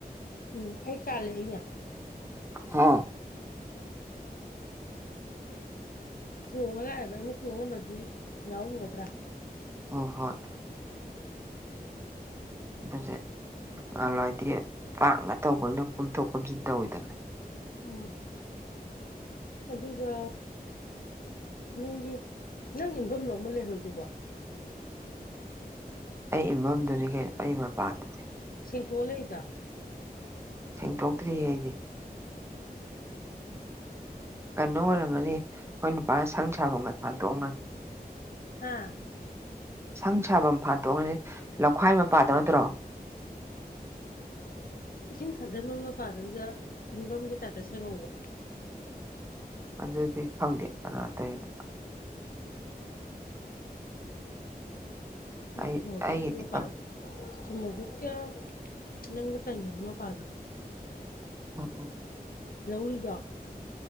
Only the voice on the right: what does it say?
ꯍꯥ
ꯑ ꯍꯣꯏ ꯑꯗꯨꯁꯨ ꯅꯍꯜꯋꯥꯗꯤ ꯄꯥꯛꯅ ꯇꯧꯕꯅꯤꯅ ꯀꯣꯝꯊꯣꯛ ꯀꯣꯝꯁꯤꯟ ꯇꯧꯋꯤꯗꯅ
ꯑꯩ ꯏꯟꯐꯝꯗꯨꯅꯤ ꯀꯩꯅꯣ ꯑꯩ ꯃꯄꯥꯗꯨꯅꯤ
ꯁꯦꯡꯇꯣꯛꯇ꯭ꯔꯤꯍꯦ ꯑꯩꯗꯤ ꯀꯩꯅꯣ ꯑꯣꯏꯔꯝꯒꯅꯤ ꯑꯩꯈꯣꯏ ꯅꯨꯄꯥꯅ ꯁꯪ ꯁꯥꯐꯝꯒ ꯐꯥꯟꯗꯣꯛꯑꯝꯒꯅꯤ
ꯁꯪ ꯁꯥꯐꯝ ꯐꯥꯗꯣꯛꯑꯝꯒꯅꯤ ꯂꯧꯈꯥꯏ ꯃꯄꯥꯗꯣ ꯅꯠꯇ꯭ꯔꯣ
ꯑꯗꯨꯗꯤ ꯈꯪꯗꯦ ꯀꯅꯥ ꯇꯩꯏꯅꯣ ꯑꯩ
ꯑꯩꯒꯤꯗꯤ
ꯀꯅꯥ
ꯑꯣ ꯑꯣ